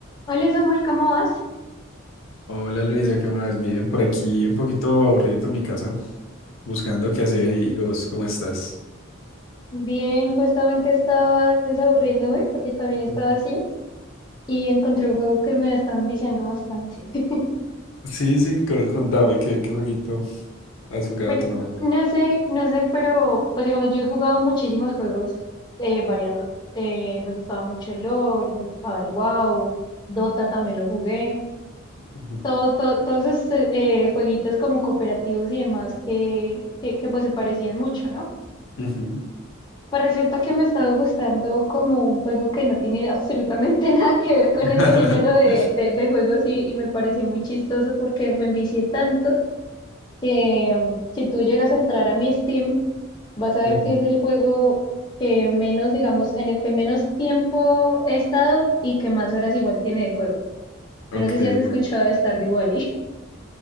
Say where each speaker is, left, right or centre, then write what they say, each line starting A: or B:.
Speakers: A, on the left (about 20°); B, on the left (about 70°).
A: Hola Samuel, ¿cómo vas?
B: Hola Luisa, ¿qué más? Bien, por aquí un poquito aburrido en mi casa, buscando qué hacer y, y vos, ¿cómo estás?
A: Bien, justamente estaba desaburriéndome porque también estaba
B: Ujú.
A: así y encontré un juego que me estaba enviciando bastante. <laughs>
B: Sí, sí, co- contame qué, qué jueguito has jugado
A: Bueno,
B: últimamente.
A: no sé, no sé, pero pues digamos, yo he jugado muchísimos juegos eh, variados. Eh, me gustaba mucho el LOL, me gustaba el WoW, Dota también lo jugué.
B: Ujú.
A: Todo, todo, todos esos eh, jueguitos como cooperativos y demás que, que, que pues se parecían mucho, ¿no?
B: Ujú.
A: Pues resulta que me estaba gustando como un juego que no tiene absolutamente <laughs> nada que ver con
B: <laughs>
A: ese género de, de- de juegos y, y me pareció muy chistoso porque me envicié tanto que um, si tú llegas a entrar a mi Steam, vas a ver
B: Ujú.
A: que es el juego que menos, digamos, en el que menos tiempo he estado y que más horas igual tiene de juego.
B: Ok.
A: Yo no sé si has escuchado de Stardew Valley. <laughs>